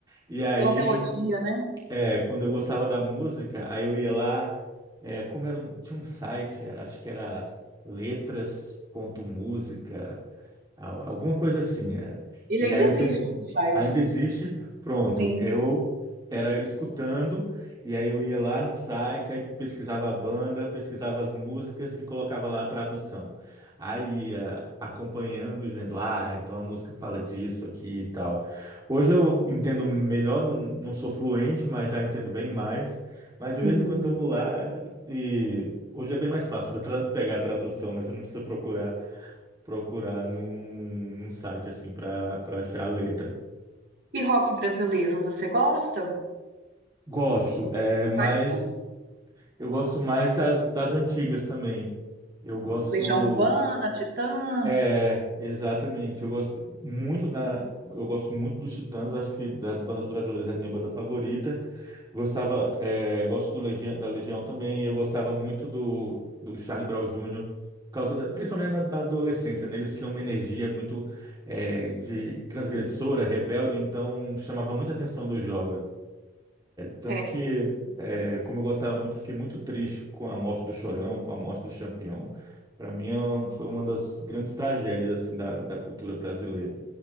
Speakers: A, on the right; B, on the right.
A: E aí,
B: Pela melodia, né?
A: eh, quando eu gostava da música, aí eu ia lá, eh, como era, um- tinha um site, era, acho que era letras ponto música Al- Alguma coisa assim. é.
B: Ele
A: E
B: ainda
A: aí
B: existe,
A: eu pesqui...
B: esse site.
A: ainda existe, pronto.
B: Sim.
A: Eu era escutando, e aí eu ia lá no site, aí pesquisava a banda, pesquisava as músicas e colocava lá a tradução. Aí ia acompanhando e vendo, ah, então a música fala disso aqui e tal. Hoje eu entendo melhor, não, não sou fluente, mas já entendo bem mais. Mas de
B: Uhum.
A: vez em quando eu vou lá e hoje é bem mais fácil pra tra- pegar a tradução, né? Você não precisa procurar procurar num, num site assim para para achar a letra.
B: E rock brasileiro, você gosta?
A: Gosto, é, mas
B: Faz bom.
A: eu gosto mais das, das antigas também. Eu gosto.
B: Legião Urbana, Titãs.
A: É, exatamente. Eu gosto muito da, eu gosto muito dos Titãs, acho que das bandas brasileiras é a minha banda favorita. Gostava, é, gosto do Legião, da Legião também. Eu gostava muito do, do Charlie Brown Jr. por causa da- principalmente na, na adolescência, né? Eles tinham uma energia muito é, de transgressora, rebelde, então chamava muita atenção dos jovens. Tanto
B: É,
A: que, é, como eu gostava muito, fiquei muito triste com a morte do Chorão, com a morte do Champião. Para mim, é uma- foi uma das grandes tragédias assim da, da cultura brasileira,